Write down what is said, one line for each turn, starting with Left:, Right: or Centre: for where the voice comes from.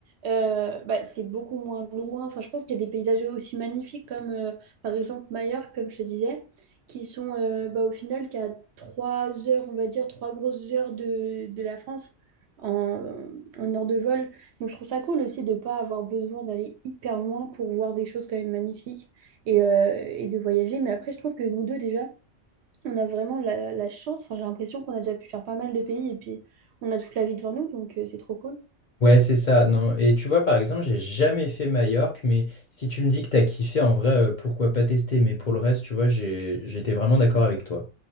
Right: euh, bah, c'est beaucoup moins loin. Enfin, je pense qu'il y a des paysages aussi magnifiques comme, euh, par exemple, Majorque, comme je te disais, qui sont euh, bah, au final qu'à trois heures, on va dire, trois grosses heures de, de la France en, en heure de vol. Donc, je trouve ça cool aussi de ne pas avoir besoin d'aller hyper loin pour voir des choses quand même magnifiques et, euh, et de voyager. Mais après, je trouve que nous deux, déjà, on a vraiment la, la chance. Enfin, j'ai l'impression qu'on a déjà pu faire pas mal de pays et puis on a toute la vie devant nous, donc euh, c'est trop cool.
Left: Ouais, c'est ça. Non. Et tu vois, par exemple, j'ai jamais fait Majorque, mais si tu me dis que t'as kiffé, en vrai, euh, pourquoi pas tester? Mais pour le reste, tu vois, j'ai, j'étais vraiment d'accord avec toi.